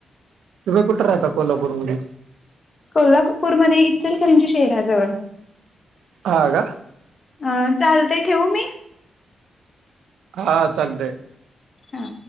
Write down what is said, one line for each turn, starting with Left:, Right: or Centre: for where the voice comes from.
Right: तुम्ही कुठ राहता कोल्हापूर मध्ये?
Left: कोल्हापूर मध्ये इचलकरंजी शहराजवळ.
Right: हां का,
Left: अ चालते ठेवू मी,
Right: हा चालतेय,
Left: हा,